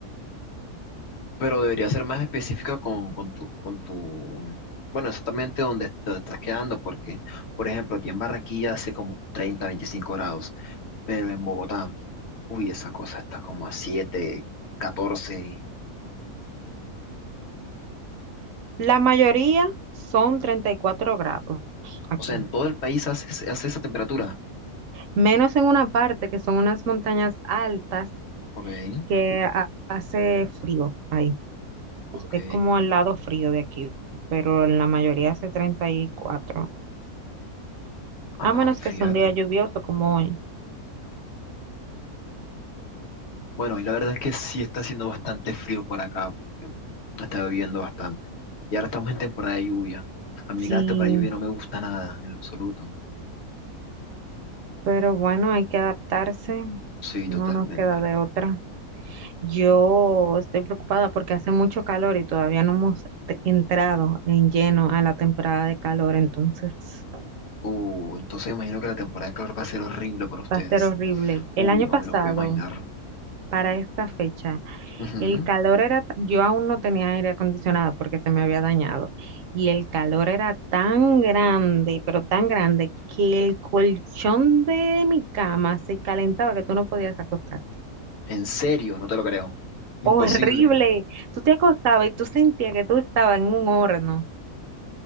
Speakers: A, on the left; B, on the right.
A: pero debería ser más específica con, con tu, con tu, bueno, exactamente dónde, dónde estás quedando, porque, por ejemplo, aquí en Barranquilla hace como 30 25 grados, pero en Bogotá, uy, esa cosa está como a 7 catorce
B: La mayoría son 34 grados aquí,
A: O sea, en todo el país hace, ese- hace esa temperatura.
B: menos en una parte que son unas montañas altas
A: Ok,
B: que ha- hace frío ahí.
A: ok.
B: Es como el lado frío de aquí, pero en la mayoría hace 34,
A: Ah,
B: a menos
A: fíjate.
B: que sea un día lluvioso como hoy.
A: Bueno, y la verdad es que sí está haciendo bastante frío por acá, porque está lloviendo bastante. Y ahora estamos en temporada de lluvia. A mí
B: Sí,
A: la temporada de lluvia no me gusta nada, en lo absoluto.
B: pero bueno, hay que adaptarse,
A: Sí,
B: no
A: totalmente.
B: nos queda de otra. Yo estoy preocupada porque hace mucho calor y todavía no hemos te- entrado en lleno a la temporada de calor, entonces
A: Uh, entonces me imagino que la temporada de calor va a ser horrible para ustedes.
B: va a ser horrible.
A: Uy,
B: El año
A: no
B: pasado,
A: me lo puedo imaginar.
B: para esta fecha,
A: Ujú.
B: el calor era, t- yo aún no tenía aire acondicionado porque se me había dañado y el calor era tan grande, pero tan grande que el colchón de mi cama se calentaba que tú no podías acostarte.
A: En serio, no te lo creo. Imposible.
B: Horrible. Tú te acostabas y tú sentías que tú estabas en un horno.